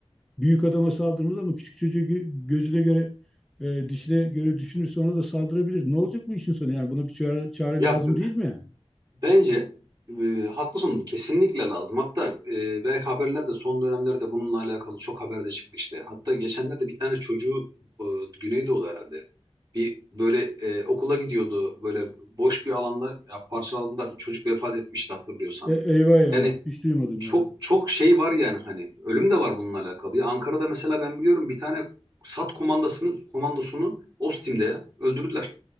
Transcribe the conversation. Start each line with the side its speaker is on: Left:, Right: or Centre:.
Centre: büyük adama saldırmaz ama küçük çocuğu gö- gözüne göre e, dişine göre düşünürse ona da saldırabilir. Ne olacak bu işin sonu yani? Buna bir çare, çare
Right: Ya
Centre: lazım
Right: b-
Centre: değil mi?
Right: Bence e, haklısın kesinlikle lazım. Hatta e, belki haberlerde son dönemlerde bununla alakalı çok haber de çıktı işte. Hatta geçenlerde bir tane çocuğu e, Güneydoğu herhalde. Bir böyle e, okula gidiyordu böyle boş bir alanda ya, parçaladılar. Çocuk vefat etmişti hatırlıyorsan.
Centre: E, eyvah eyvah.
Right: Yani
Centre: Hiç duymadım
Right: çok
Centre: ya.
Right: çok şey var yani hani ölüm de var bununla alakalı. Ya Ankara'da mesela ben biliyorum bir tane SAT komandasını komandosunu Ostim'de ya, öldürdüler.